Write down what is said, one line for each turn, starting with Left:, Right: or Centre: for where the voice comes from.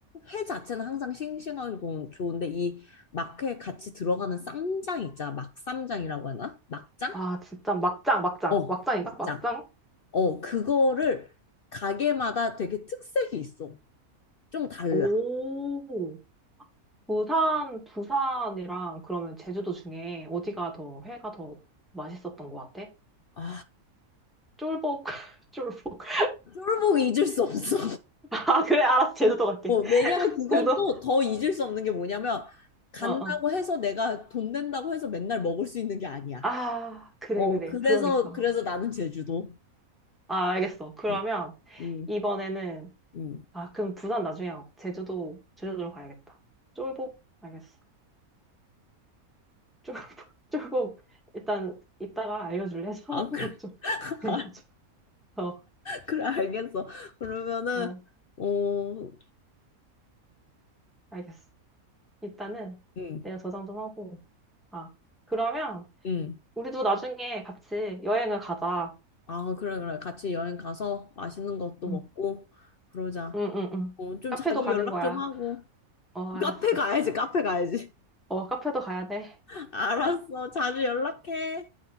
Left: 회 자체는 항상 싱싱하고 좋은데 이 막회에 같이 들어가는 쌈장 있잖아. 막쌈장이라고 하나? 막장?
Centre: 아, 진짜 막장, 막장.
Left: 어,
Centre: 막장인가?
Left: 막장.
Centre: 막장?
Left: 어, 그거를 가게마다 되게 특색이 있어. 좀 달라.
Centre: 오. 부산, 부산이랑 그러면 제주도 중에 어디가 더 회가 더 맛있었던 것 같아?
Left: 아,
Centre: 쫄복, <laughs> 쫄복.
Left: 쫄보기 잊을 수 없어.
Centre: 아, 그래, 알았어. 제주도
Left: <laughs>
Centre: 갈게.
Left: 어,
Centre: <laughs>
Left: 왜냐면 그건
Centre: 제주도?
Left: 또 더 잊을 수 없는 게 뭐냐면 간다고
Centre: 어, 어.
Left: 해서 내가 돈 낸다고 해서 맨날 먹을 수 있는 게 아니야.
Centre: 아, 그래,
Left: 어,
Centre: 그래.
Left: 그래서,
Centre: 그러니까.
Left: 그래서 나는 제주도.
Centre: 아, 알겠어. 그러면
Left: 음, 음,
Centre: 이번에는,
Left: 음.
Centre: 아, 그럼 부산 나중에 하고. 제주도, 제주도로 가야겠다. 쫄복? 알겠어. 쫄복, <laughs> 쫄복. 일단, 이따가 알려줄래? <laughs> 상호명
Left: 아, 그래,
Centre: 좀
Left: <laughs>
Centre: 알려줘. 어,
Left: 그래, 알겠어. 그러면은,
Centre: 어,
Left: 어,
Centre: 알겠어. 일단은
Left: 음,
Centre: 내가 저장 좀 하고. 아, 그러면
Left: 음.
Centre: 우리도 나중에 같이 여행을 가자.
Left: 아, 그래, 그래. 같이 여행 가서 맛있는 것도
Centre: 응,
Left: 먹고, 그러자.
Centre: 응, 응, 응.
Left: 어, 좀
Centre: 카페도
Left: 자주
Centre: 가는
Left: 연락
Centre: 거야.
Left: 좀 하고.
Centre: 어, 알았어.
Left: 카페 가야지, 카페 가야지.
Centre: 어, 카페도 가야 돼.
Left: <laughs> 알았어. 자주 연락해.